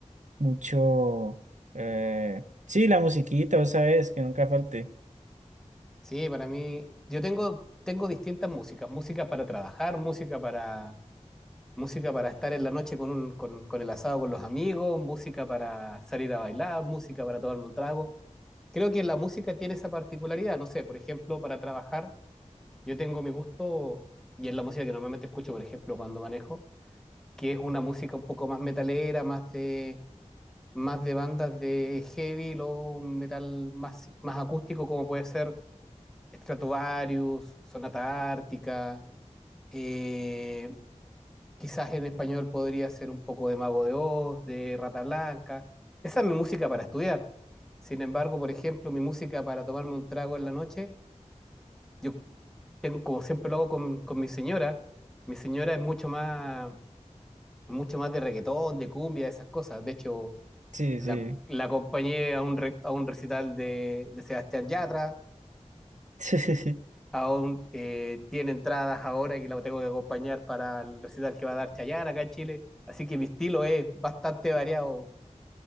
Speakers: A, on the right (about 80°); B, in the centre.
A: mucho, eh, sí, la musiquita, ¿vos sabes? Que nunca falte.
B: Sí, para mí, yo tengo, tengo distintas músicas, música para trabajar, música para, música para estar en la noche con, un, con, con el asado con los amigos, música para salir a bailar, música para tomarme un trago. Creo que la música tiene esa particularidad, no sé, por ejemplo, para trabajar, yo tengo mi gusto, y es la música que normalmente escucho, por ejemplo, cuando manejo, que es una música un poco más metalera, más de más de bandas de heavy, luego un metal más, más acústico como puede ser Stratovarius, Sonata Ártica, eh, quizás en español podría ser un poco de Mago de Oz, de Rata Blanca. Esa es mi música para estudiar. Sin embargo, por ejemplo, mi música para tomarme un trago en la noche, yo tengo, como siempre lo hago con, con mi señora, mi señora es mucho más, mucho más de reggaetón, de cumbia, de esas cosas. De hecho,
A: Sí,
B: La,
A: sí.
B: la acompañé a un, re- a un recital de, de Sebastián Yatra.
A: <laughs>
B: Aún eh, tiene entradas ahora que la tengo que acompañar para el recital que va a dar Chayanne acá en Chile. Así que mi estilo es bastante variado,